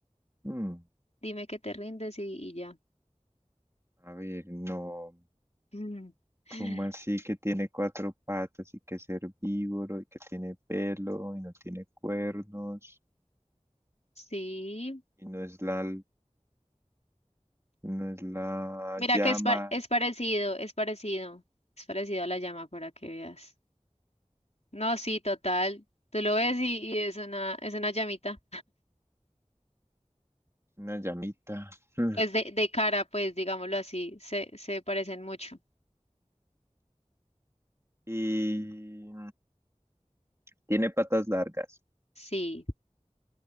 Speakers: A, on the right (about 20°); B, on the left (about 65°).
A: mm,
B: Dime que te rindes y, y ya.
A: a ver, no.
B: <laughs>
A: ¿Cómo así que tiene cuatro patas y que es herbívoro y que tiene pelo y no tiene cuernos
B: Sí.
A: y no es la, no es la
B: Mira
A: llama,
B: que es, pa- es parecido, es parecido, es parecido a la llama para que veas. No, sí, total. Tú lo ves y, y es una, es una llamita.
A: una llamita? <laughs>
B: Pues
A: Hmm.
B: de, de cara, pues digámoslo así, se, se parecen mucho.
A: Y tiene patas largas.
B: Sí,